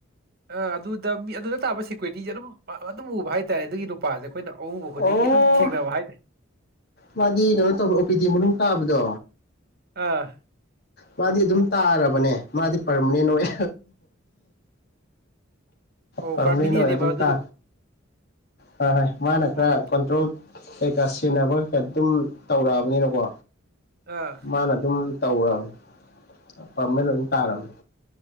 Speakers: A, on the right; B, on the left.
A: ꯑ ꯑꯗꯨꯗ ꯃꯤ ꯑꯗꯨꯗ ꯇꯥꯕ ꯁꯦꯀ꯭ꯌꯨꯔꯤꯇꯤꯁꯦ ꯑꯗꯨꯝ ꯑꯗꯨꯝ ꯎꯕ ꯍꯥꯏꯇꯥꯔꯦ ꯑꯗꯨꯒꯤ ꯅꯨꯄꯥꯁꯦ ꯑꯩꯈꯣꯏꯅ ꯑꯎꯕ ꯈꯨꯗꯤꯡꯒꯤ
B: ꯑꯣ
A: ꯑꯗꯨꯝ ꯊꯦꯡꯅꯕ ꯍꯥꯏꯇꯥꯔꯦ
B: ꯃꯥꯗꯤ ꯀꯩꯅꯣ ꯇꯧꯈ꯭ꯔꯣ ꯑꯣꯄꯤꯗꯤꯤ ꯃꯅꯨꯡ ꯇꯥꯕꯗꯣ
A: ꯑꯥ
B: ꯃꯥꯗꯤ ꯑꯗꯨꯝ ꯇꯥꯔꯕꯅꯦ ꯃꯥꯗꯤ ꯄꯔꯃꯅꯦꯟ ꯑꯣꯏ
A: ꯑꯣ
B: ꯄꯦꯟ
A: ꯄꯥꯔꯃꯤꯅꯦꯟꯅꯦꯕ
B: ꯑꯣꯏꯔ ꯑꯗꯨꯝ
A: ꯑꯗꯨꯗꯣ
B: ꯇꯥ ꯍꯣꯏ ꯍꯣꯏ ꯃꯥꯅ
A: ꯑꯣ
B: ꯈꯔ ꯀꯟꯇ꯭ꯔꯣꯜ ꯀꯩꯀꯥ ꯁꯤꯦꯟꯅꯕ ꯑꯗꯨꯝ ꯇꯧꯔꯛꯑꯕꯅꯤꯅꯀꯣ
A: ꯑꯥ
B: ꯃꯥꯅ ꯑꯗꯨꯝ ꯇꯧꯔꯝꯃꯦꯩꯅ ꯑꯣꯏꯅ ꯇꯥꯔꯝ